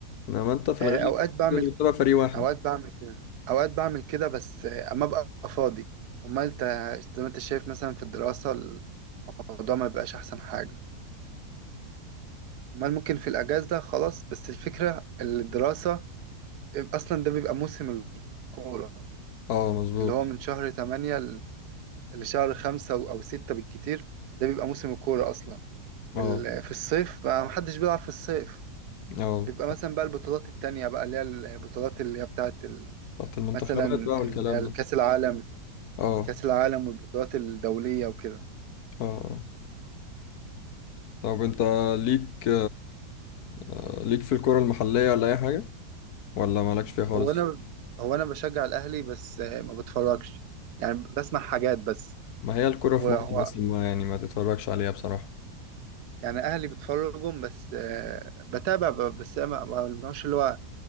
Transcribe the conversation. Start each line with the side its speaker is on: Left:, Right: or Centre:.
Left: انما انت في
Right: آه
Left: الغالب
Right: اوقات بعمل
Left: بتبقى فريق واحد
Right: اوقات بعمل كده اوقات بعمل كده بس اما ابقى فاضي امال انت زي ما انت شايف مثلا في الدراسة الموضوع ما بيبقاش احسن حاجة امال ممكن في الاجازة خلاص بس الفكرة الدراسة اصلا ده بيبقى موسم الكورة
Left: اه مظبوط
Right: اللي هو من شهر 8 ل- لشهر 5 او أو 6 بالكتير ده بيبقى موسم الكورة اصلا وفي
Left: اه
Right: الصيف بقى محدش بيلعب في الصيف
Left: اه
Right: بيبقى مثلا بقى البطولات التانية بقى اللي هي البطولات اللي هي بتاعت ال-
Left: تحت المنتخبات
Right: مثلا ال-
Left: بقى والكلام
Right: اللي
Left: ده
Right: هي كأس العالم
Left: اه
Right: كأس العالم والبطولات الدولية وكده
Left: اه اه. طب انت ليك آه، ليك في الكرة المحلية ولا اي حاجة ولا مالكش فيها خالص
Right: هو أنا هو أنا بشجع الأهلي بس آه، ما بتفرجش يعني بسمع حاجات بس
Left: ما هي الكرة
Right: وهو
Left: في مصر بس ما يعني ما تتفرجش عليها بصراحة
Right: يعني أهلي بتفرجهم بس آه، بتابع ب- بس أنا ما بنوعش اللي هو